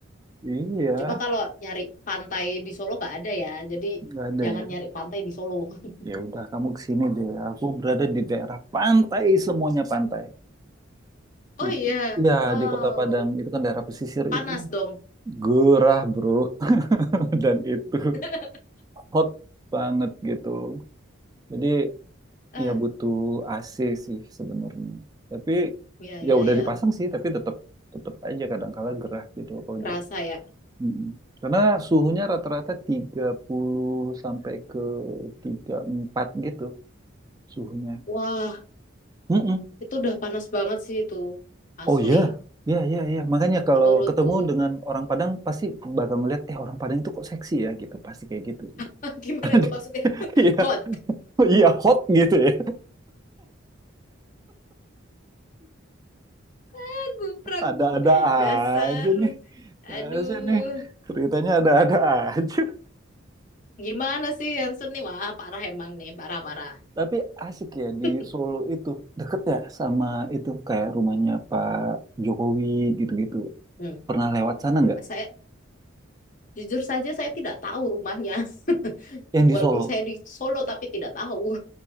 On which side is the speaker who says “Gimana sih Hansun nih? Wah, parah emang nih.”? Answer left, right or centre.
Left